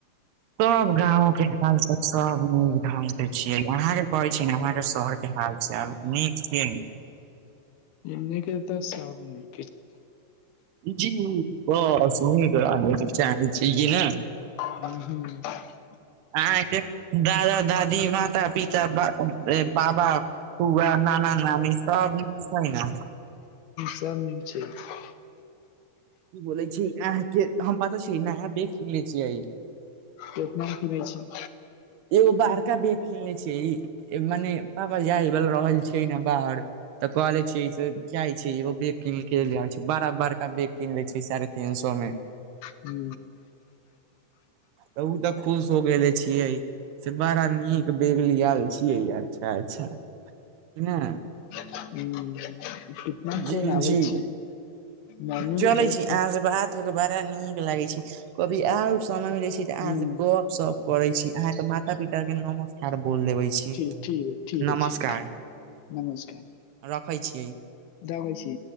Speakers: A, on the right; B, on the left.
A: सब गाँव के हाल चाल सब नीक ढंग के छियै अहाँ के कहे छी ने अहाँ के शहर की हाल छै चाल नीक छियै
B: एने के तऽ सबे
A: जी बस नीक आ लगे के छै ने <unintelligible>
B: ह ह <unintelligible>
A: अहाँ आइतक दादा दादी माता पिता। <unintelligible> बाबा बुआ नाना नानी सभ नीक छै ने
B: सभ निक छै <unintelligible>
A: बोलै छियै, अहाँके हमरा पता छै, नया बैग किनने छियै।
B: केतना किनै छै?
A: एगो बड़का बैग खोलै छै, मने आब बाहर जाय रहल छै ने। तऽ कहलै छियै, से जाइ छी एगो बैग कीनके लऽ आबै छी। बड़ा बड़का बैग कीन लै छी साढ़े तीन सए मे। <inaudible>
B: हू
A: तऽ ओ तऽ खुश भऽ गेलै छियै। से बड़ा नीक बैगली आयल छियै, अच्छा अच्छा कि ने?
B: हँ, कितना कोन
A: जी
B: आबै
A: जी
B: छै? मम्मी
A: चलै
B: के बहुत
A: छी।
B: फोन
A: अहाँ से बात के, बड़ा नीक लागै छै कभी कभार, अहाँसँ गप करैमे।
B: हुं
A: सभ करै छी, अहाँके माता पिताके नमस हर बोल लेबै छी,
B: ठीक ठीक है ठीक
A: नमस्कार।
B: छै नमस्कार
A: रखै छियै।
B: दबै छी।